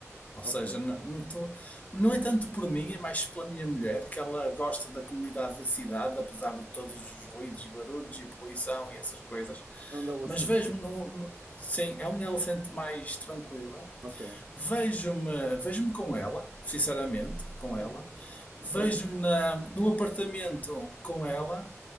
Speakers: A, on the left; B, on the right.
A: Ou
B: Ok.
A: seja, não, não, tô- não é tanto por mim, é mais pela minha mulher, que ela gosta da comunidade da cidade, apesar de todos os ruídos e barulhos e poluição e essas coisas.
B: É Onde ela
A: Mas
B: se sente.
A: vejo-me num. Sim, é onde ela se sente mais tranquila.
B: Ok.
A: Vejo-me vejo-me com ela, sinceramente, com
B: Hum,
A: ela. Vejo-me
B: Isso é bom.
A: na- num apartamento com ela